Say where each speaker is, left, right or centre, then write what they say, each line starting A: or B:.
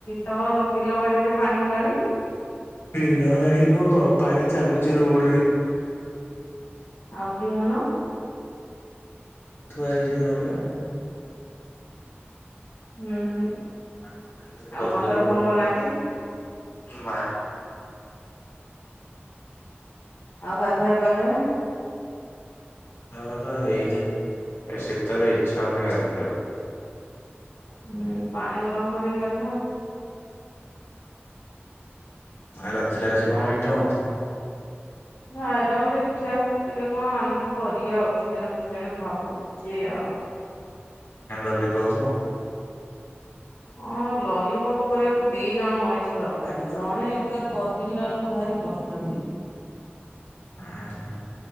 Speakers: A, on the left; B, on the left.
A: ତନ ବିଲ ବାଡିରେ ପାଣି ହେଲାଣି?
B: ବିଲ ବାଡି ପାଣିରୁ ଘ ପାଣି ଚାଲୁଚି ରୋଡରେ।
A: ଆଉ ବିହନ?
B: ଥୁଆହେଇଚି ଘରେ ଆଉ।
A: ହୁଁ ହୁଁ
B: ଆଠ ତାରିଖରେ
A: ଆଉ
B: ବତୁରିବ
A: ମଦନ ଫୋନ
B: ଆଉ।
A: କରିନାହାଁନ୍ତି?
B: ମା
A: ଆଉ ଗାଧୁଆ ପାଧୁଆ?
B: ଗାଧୁଆ ପାଧୁଆ ହେଇନି ଏ ଶୀତରେ ଇଚ୍ଛା ହୋଉନି ଗାଧେଇବାକୁ।
A: ଉଁ ପାଣି ଗରମ କରିକି ଗାଧାଅ।
B: ଆ ରାତିରେ ଆଜି କଣ ଆଇଟମ?
A: ନା ଏଇଟା ମୁଁ ଦେଖିଆ ଟିକେ କଣ ଆଣିକି କରିଆ ଆଉ ଚିକେନ ଫିକେନ ଭାବୁ ଚି ଆଉ।
B: କେନ୍ ଲଲିପପ
A: ହଁ ଲଲିପପ କରିବାକୁ ଦିଇଜଣ ମଣିଷ ଦରକାରେ ଜଣେ ଏକା କରିଲା ବେଳକୁ ଭାରି କଷ୍ ବାସି
B: ଉଁହୁଁ।